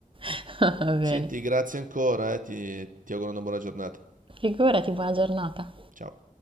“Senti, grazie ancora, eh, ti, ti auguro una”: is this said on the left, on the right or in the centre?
Right